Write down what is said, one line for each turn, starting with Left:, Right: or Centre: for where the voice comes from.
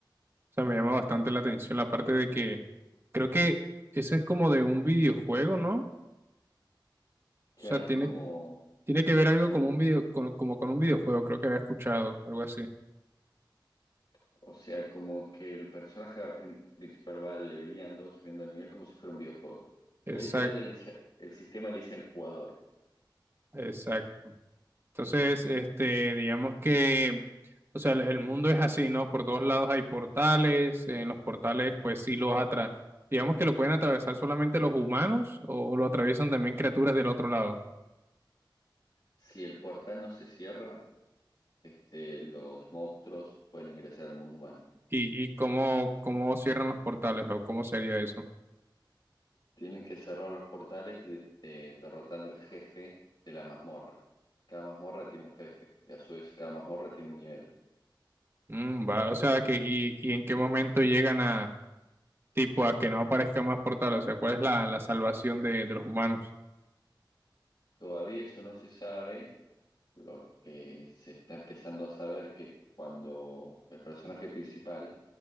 Right: sea, me llama bastante la atención la parte de que creo que eso es como de un videojuego, ¿no? O sea,
Left: Claro,
Right: tiene,
Left: es como,
Right: tiene que ver algo
Left: como,
Right: como un video, con- como con un videojuego, creo que había escuchado, algo así.
Left: o sea, como que el personaje prin- principal va leveleando, subiendo el nivel como si fuera un videojuego.
Right: Exacto,
Left: Él, él le dice- el sistema le dice al jugador,
Right: exacto. Entonces, este, digamos que, o sea, el, el mundo es así, ¿no? Por todos lados hay portales, en los portales, pues sí los atra, digamos que lo pueden atravesar solamente los humanos o lo atraviesan también criaturas del otro lado.
Left: si el portal no se cierra, este, los monstruos pueden ingresar al mundo humano.
Right: ¿Y, y cómo, cómo cierran los portales o cómo sería eso?
Left: Tienen que cerrar los portales de- de- derrotando al jefe de la mazmorra. Cada mazmorra tiene un jefe y a su vez cada mazmorra tiene un nivel.
Right: Mm, va, o sea, que, y, y en qué momento llegan a, tipo, a que no aparezcan más portales, o sea, ¿cuál es la, la salvación de, de los humanos?
Left: Todavía eso no se sabe. Lo que se está empezando a saber que cuando el personaje principal